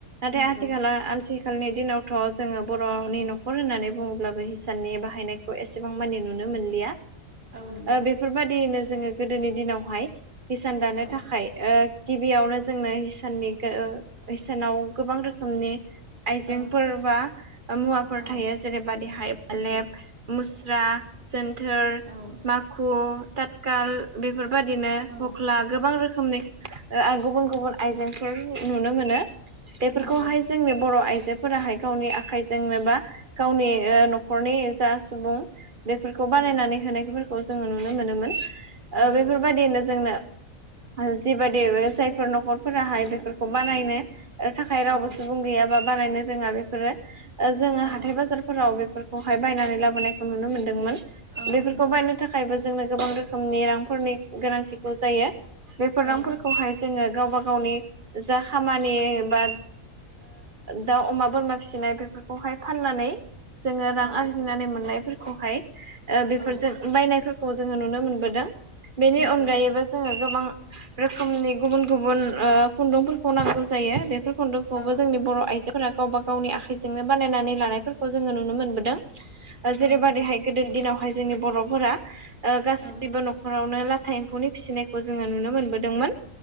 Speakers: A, on the right; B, on the right.
A: नाथाय
B: नंगौ
A: आथिखाला आथिखालनि दिनावथ' जोङो बर'नि न'खर होननानै बुङोब्लाबो हिसाननि बाहायनायखौ एसेबां मानि नुनो मोनलिया।
B: औ नंगौ
A: बेफोरबादियैनो जोङो गोदोनि दिनावहाय हिसान दानो
B: औ
A: थाखाय ओ गिबियावनो जोंनो इसाननि इसानाव गोबां रोखोमनि आइजें
B: औ
A: फोर बा मुवाफोर
B: औ
A: थायो जेरैबादिहाय फालेब,
B: नंगौ
A: मुस्रा जोनथोर
B: औ
A: माखु तात काल बेफोरबादिनो
B: औ
A: हख्ला गोबां रोखोमनि गुबुन गुबुन आइजेंफोर नुनो मोनो बेफोरखौहाय
B: नंगौ
A: जोंनि बर' आइजो फोराहाय गावनि आखाइजोंनो बा गावनि
B: औ
A: न'खरनि जा सुबुं बेफोरखौ बानायनानै
B: औ
A: होनायफोरखौ जोङो नुनो मोनोमोन
B: नंगौ
A: बेफोरबादिनो जोंनो आरो‌ जिबादि जायफोर न'खरफोराहाय बेफोरखौ बानायनो थाखाय
B: औ
A: रावबो सुबुं गैयाबा बानायनो रोङा बेफोरो जोङो
B: औ
A: हाथाय बाजारफोराव बेफोर खौहाय बायनानै लाबोनायखौ नुनो मोनदोंमोन
B: औ
A: बेफोरखौ
B: नंगौ
A: बायनो नि थाखायबो जोंनो गोबां रोखोमनि रांफोरनि गोनांथिखौ जायो बेफोर रांफोरखौहाय
B: औ
A: जोङो गावबा गावनि जा खामानि बा दाउ अमा बोरमा फिसिनाय बेफोरखौहाय फाननानै जोङो
B: औ
A: रां आरजिनानै मोननायफोरखौहाय बेफोरजों
B: औ
A: बायनायफोरखौ जोङो नुनो मोनबोदों बेनि
B: नंगौ
A: अनगायैबो जोङो गोबां ओ रोखोमनि गुबुन गुबुन खुन्दुंफोरखौ नांगौ जायो बेफोर खुन्दुंखौबो
B: औ
A: जोंनि बर' आइजो। गावबा गावनि आखाइजोंनो बानायनानै लानायफोरखौ जोङो नुनो मोनदों
B: औ
A: जेरैबैहाय
B: नंगौ
A: ओ गोदो दिनावहाय जोंनि बर'फोरा गासैबो
B: औ
A: न'खरावनो ला थाइ एम्फौनि फिसिनायखौ जोङो नुनो मोनबोदोंमोन